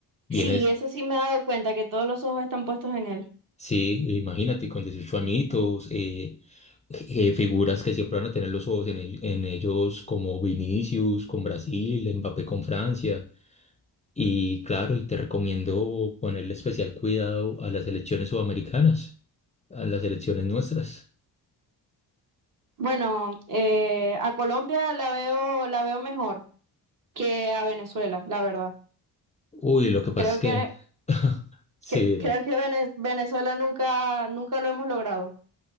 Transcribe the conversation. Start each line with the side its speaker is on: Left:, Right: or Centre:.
Left: viene
Right: Sí, eso sí me he dado cuenta, que todos los ojos están puestos en él.
Left: Sí, imagínate, con 18 añitos, eh, eh, figuras que siempre van a tener los ojos en, el- en ellos, como Vinicius con Brasil, Mbappé con Francia. Y claro, y te recomiendo ponerle especial cuidado a las elecciones sudamericanas, a las elecciones nuestras.
Right: Bueno, eh, a Colombia la veo, la veo mejor que a Venezuela, la verdad.
Left: Uy, lo que pasa
Right: Creo
Left: es que,
Right: que,
Left: <laughs> sí,
Right: que-
Left: dime.
Right: creo que Vene- Venezuela nunca, nunca lo hemos logrado.